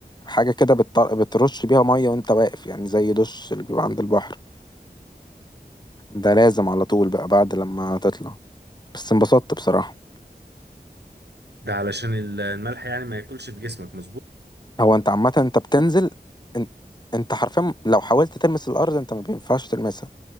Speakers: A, on the left (about 25°); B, on the right (about 85°).
A: حاجة كده بت- بترش بيها مية وانت واقف يعني زي دش اللي بيبقى عند البحر ده لازم على طول بقى بعد لما تطلع بس انبسطت بصراحة
B: ده علشان ال- الملح يعني ما ياكلش في جسمك مظبوط
A: هو انت عامة انت بتنزل انت, انت حرفيا لو حاولت تلمس الارض انت ما بينفعش تلمسها